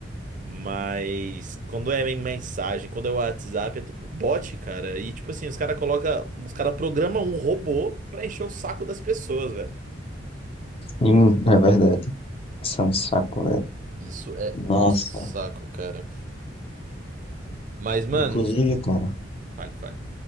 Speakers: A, on the right; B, on the left.
A: Mas quando é em mensagem, quando é WhatsApp, é tudo bot, cara. E tipo assim, os cara coloca, os cara programam um robô pra encher o saco das pessoas, velho.
B: Sim, é verdade. Isso é um saco, velho.
A: Isso é
B: Nossa.
A: um saco, cara. Mas, mano,
B: Inclusive, cara,
A: Fale, fale.